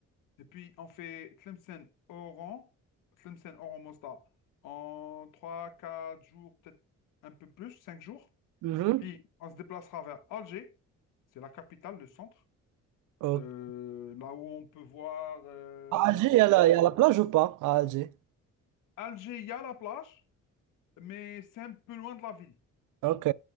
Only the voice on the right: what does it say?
Mhm.
Ok.
À
Alger,
il y a la,
il y a la plage ou pas? À Alger.
Ok,